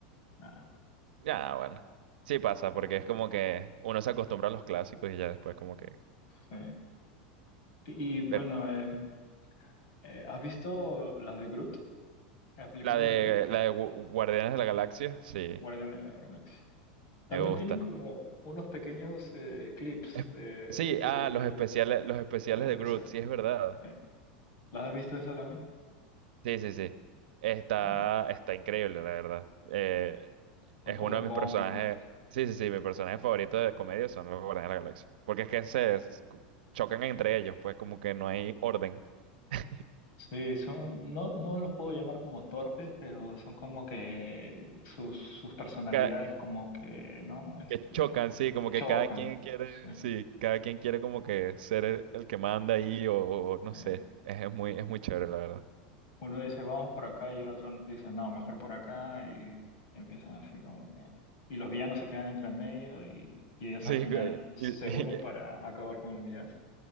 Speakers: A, on the left; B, on the right.
A: nada.
B: Ya, bueno. Sí pasa, porque
A: Y,
B: es como que uno se acostumbra a los clásicos y ya después como que...
A: sí. Y, y, bueno,
B: Pero
A: eh, eh, ¿has visto las de Groot? Las películas
B: la de,
A: de Groot,
B: la de Gu- Guardianes de la Galaxia, sí,
A: Guardián de la Galaxia. También
B: me gusta.
A: tienen como unos pequeños eh, clips
B: Es-
A: de
B: Sí, ah,
A: películas
B: los especiales, los especiales
A: para especial.
B: de Groot, sí es verdad.
A: sí. ¿Las has visto esa también?
B: Sí, sí, sí. Está,
A: También.
B: está increíble, la verdad. Eh,
A: Son
B: Es
A: como
B: uno de
A: cómicos.
B: mis personajes. Sí, sí, sí, mi personaje favorito de comedia son los Guardianes de la Galaxia. Porque es que se s- chocan entre ellos, pues como que no hay orden. <laughs>
A: Sí, son, no, no los puedo llamar como torpes, pero son como que sus, sus personalidades
B: Ca-
A: como que, ¿no? Este,
B: Que, chocan, sí, como
A: chocan.
B: que cada quien quiere,
A: Sí.
B: sí, cada quien quiere como que ser el, el que manda ahí o, o no
A: Eh,
B: sé. Es, es muy, es muy chévere, la verdad.
A: uno dice, vamos por acá, y el otro dice, no, mejor por acá, y empiezan así como que... Y los villanos se quedan entre el medio y, y ellos
B: Sí,
A: al final
B: <laughs> que-
A: se
B: y- y-
A: unen para acabar con el villano.